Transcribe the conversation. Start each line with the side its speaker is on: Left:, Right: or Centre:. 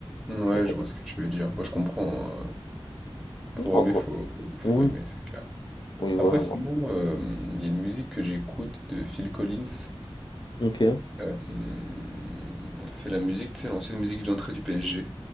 Centre: Ouais,
Left: J'accroche.
Centre: je vois ce que tu veux dire. Bah, je comprends, hein, pour
Left: Non,
Centre: aimer,
Left: quoi.
Centre: faut faut
Left: Oui.
Centre: aimer, c'est clair.
Left: Oui, voilà,
Centre: Après sinon,
Left: non.
Centre: hem, il y a une musique que j'écoute de Phil Collins,
Left: Ok.
Centre: hem, c'est la musique, tu sais, l'ancienne musique d'entrée du PSG.